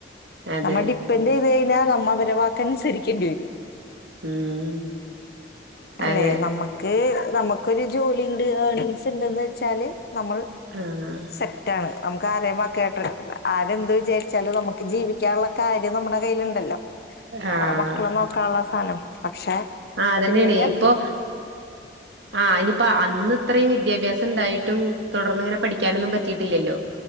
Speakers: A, on the right (about 70°); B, on the left (about 55°).
A: അതെ
B: നമ്മൾ ഡിപ്പെന്റ് ചെയ്ത് കഴിഞ്ഞാ മ്മള് അവരെ വാക്ക് അനുസരിക്കേണ്ടി വരും
A: ഉം
B: അല്ലെ
A: അതെ
B: നമ്മക്ക് നമുക്കൊരു ജോലിണ്ട് ഏണിങ്സ് ണ്ട്ന്ന് വെച്ചാല് നമ്മൾ
A: ആഹ്
B: സെറ്റാണ് നമുക്ക് ആരേമ്മ കേട്ടി ആരെന്ത് വിചാരിച്ചാലും നമുക്ക് ജീവിക്ക ക്കാനുള്ള കാര്യം നമ്മുടെ കയ്യിലുണ്ടല്ലോ നമ്മളെ
A: ആഹ്
B: മക്കളെ നോക്കാള്ള സാനം പക്ഷെ
A: ആഹ് അതന്നെയാണേ
B: അതിലേ
A: ഇപ്പൊ ആ ഐനിപ്പോ അന്ന് ഇത്രയും വിദ്യാഭ്യാസ ണ്ടായിട്ടും തുടർന്ന് ഇങ്ങെനെ പഠിക്കാനൊന്നും പറ്റിയിട്ടില്ലല്ലോ